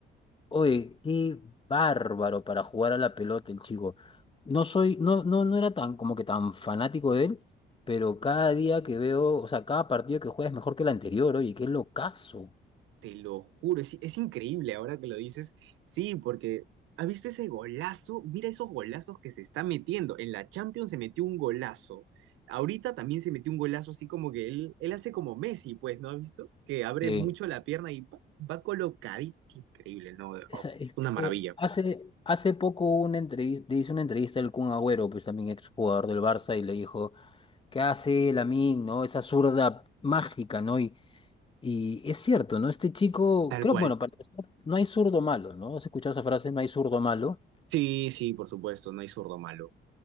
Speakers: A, on the left; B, on the right.
A: Oye, qué bárbaro para jugar a la pelota el chico. No soy, no, no, no era tan como que tan fanático de él, pero cada día que veo, o sea, cada partido que juega es mejor que el anterior. Oye, qué locazo.
B: Te lo juro, es, es increíble ahora que lo dices. Sí, porque ¿has visto ese golazo? Mira esos golazos que se está metiendo. En la Champions se metió un golazo. Ahorita también se metió un golazo así como que él, él hace como Messi, pues, ¿no has visto? Que abre
A: Sí.
B: mucho la pierna y pa, va colocadito. Qué increíble, ¿no? De verdad.
A: Esa- es-
B: Una maravilla.
A: eh, hace, hace poco hubo una entrevista, hizo una entrevista al Kun Agüero, pues también exjugador del Barça, y le dijo, ¿qué hace Lamine, no? Esa zurda mágica, ¿no? Y, y es cierto, ¿no? Este chico,
B: Tal
A: creo,
B: cual.
A: bueno, para empezar, no hay zurdo malo, ¿no? ¿Has escuchado esa frase? No hay zurdo malo.
B: Sí, sí, por supuesto, no hay zurdo malo.